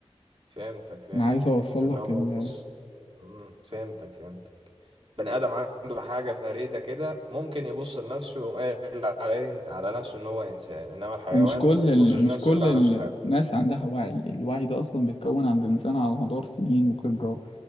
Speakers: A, on the right (about 55°); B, on the left (about 65°).
A: فهمتك فهمتك
B: أنا عايز أوصل
A: اللي
B: لك
A: هو
B: ال...
A: بص مم. فهمتك فهمتك بني ادم عنده حاجه فريده كده ممكن يبص لنفسه ويقوم قايل على على نفسه ان هو انسان انما الحيوان
B: ومش كل
A: ما بيبصش
B: ال... مش
A: لنفسه
B: كل
A: يقول على نفسه حيوان
B: الناس عندها وعي الوعي ده أصلا بيتكون عند الإنسان على مدار سنين وخبرة